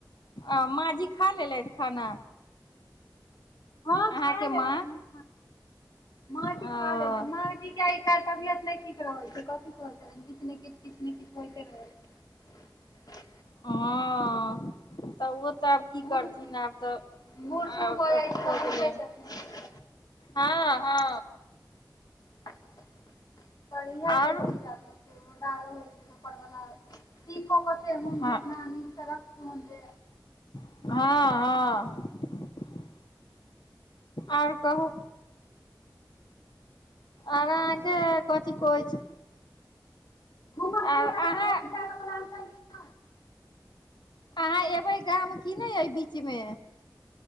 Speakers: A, on the left; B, on the left.
A: आ माँजी खा लेलथि खाना
B: हँ
A: अहाँके
B: खा लेलखिन
A: माँ
B: माँ
A: हँ
B: सीखा देलखिन तबियत नहि ठीक रह छै कथी कह किछु ने किछ किछु ने किछु होइते रह छै
A: हँ तऽ ओ त आब
B: छै
A: की करथिन आब तऽ
B: बूढ़ सूढ़
A: आब
B: भऽ
A: अथी
B: जाइ
A: हो गेलै
B: छै तऽ बुझिते छथिन
A: हँ हँ
B: पर इह
A: आओर
B: छै की ज दारू होइ छै पर ब दीपोक कते मन
A: हँ
B: घुटना सड़क पर जे
A: हँ हँ आओर कहू आ अहाँके कथी कह छै
B: घूमऽ
A: आओर
B: फिरऽ
A: अहाँ
B: जायके प्लान हमरा
A: अहाँ अयबै गाम कि नहि अइ बीचमे